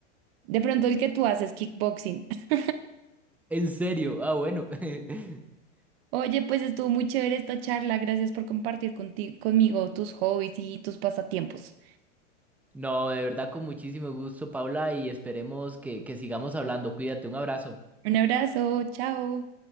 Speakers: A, on the right; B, in the centre.
A: De pronto el que tú haces kickboxing. <laughs>
B: ¿En serio? Ah, bueno. <laughs>
A: Oye, pues estuvo muy chévere esta charla. Gracias por compartir conti- conmigo tus hobbies y tus pasatiempos.
B: No, de verdad con muchísimo gusto, Paula, y esperemos que, que sigamos hablando. Cuídate, un abrazo.
A: Un abrazo, chao.